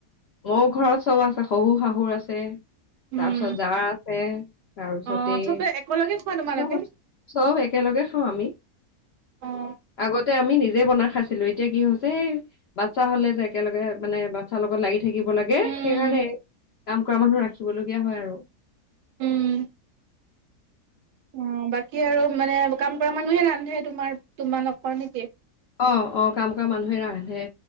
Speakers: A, on the left; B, on the right.
A: অ', ঘৰত চব আছে, শহু-শাহুৰ আছে। তাৰপিছত,
B: উম,
A: জাৰ আছে, তাৰপিছতে
B: অ',
A: এই
B: চবে একেলগে খোৱা তোমালোকে?
A: চব, <unintelligible> চব একেলগে খাওঁ আমি।
B: অ',
A: আগতে আমি নিজে বনাই খাইছিলো। এতিয়া কি হৈছে, এই বাচ্ছা হলে যে, একেলগে মানে বাচ্ছাৰ লগত লাগি থাকিব লাগে,
B: উম,
A: সেইকাৰণে কাম কৰা মানুহ ৰাখিবলগীয়া হয় আৰু।
B: উম। অ', বাকী, আৰু মানে, কাম কৰা মানুহে ৰান্ধে, তোমাৰ, তোমালোকৰ নেকি?
A: অ', অ', কাম কৰা মানুহে ৰান্ধে,